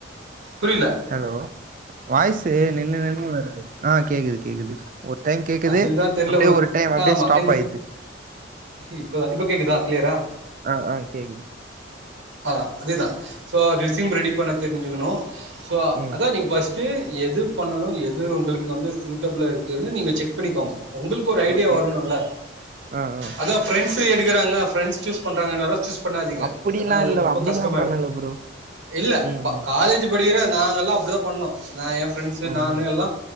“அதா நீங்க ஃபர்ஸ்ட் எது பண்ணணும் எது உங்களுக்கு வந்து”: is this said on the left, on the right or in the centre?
Right